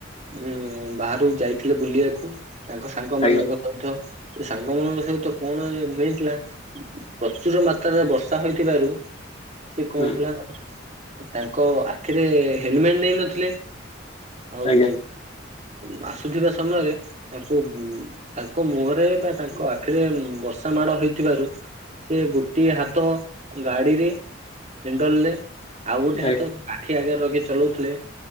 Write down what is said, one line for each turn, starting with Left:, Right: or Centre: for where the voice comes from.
Right: ଉଁ ବାହାରୁକୁ ଯାଇଥିଲେ। ବୁଲିବାକୁ ତାଙ୍କ ସାଙ୍ଗ ମାନଙ୍କ
Left: ଆଜ୍ଞା
Right: ସତ ସେ ସାଙ୍ଗ ମାନଙ୍କ ସହିତ କଣ ହେଇ ଥିଲା ପ୍ରଚୁର ମାତ୍ରାରେ ବର୍ଷା ହୋଇଥିବାରୁ ସେ କଣ
Left: ହୁଁ
Right: ହେଲା ତାଙ୍କ ଆଖିରେ ହେଲମେଟ ନେଇ ନଥିଲେ। ଆଉ
Left: ଆଜ୍ଞା
Right: ଭାସୁଥିବା ସମୟରେ ତାଙ୍କୁ ତାଙ୍କ ମୁହଁରେ ବା ତାଙ୍କ ଆଖିରେ ବର୍ଷା ମାଡ ହେଇଥିବାରୁ ସେ ଗୋଟିଏ ହାତ ଗାଡିରେ ହେଣ୍ଡଲରେ ଆଉ ଗୋଟେ ହାତ
Left: ଆଜ୍ଞା
Right: ଆଖି ଆଗରେ ରଖି ଚଲାଉଥିଲେ